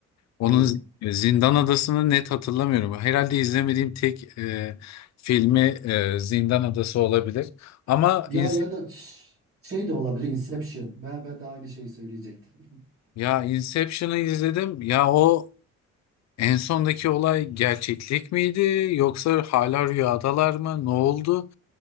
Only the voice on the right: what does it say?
Evet.
Ya
ya da ş- şey de olabilir Inception. Ben ben de aynı şeyi söyleyecektim. <laughs>